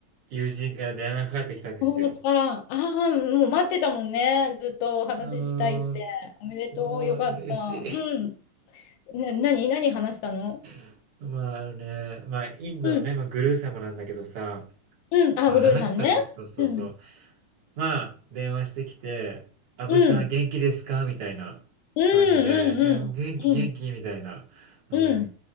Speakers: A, on the right (about 60°); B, on the left (about 80°).
A: 友人から電話がかかってきたんですよ。
B: 友月から。ああ、もう待ってたもんね。ずっとお話ししたいって。
A: うーん、
B: おめでとう。
A: もう嬉しい。
B: よかった。うん。な、何、何話したの
A: <laughs> まあ、あのね、まあ、インドのね、
B: うん。
A: まあ、グルー様なんだけどさ、
B: うん。あ、
A: まあ、
B: グルーさんね。
A: 話したのが、そうそうそう。
B: うん。
A: まあ、電話してきて、アブさん元気ですかみたいな
B: うん。うん。
A: 感じで、いや、
B: うん。
A: もう元気元気みたいな。
B: うん。うん。
A: うん。
B: うん。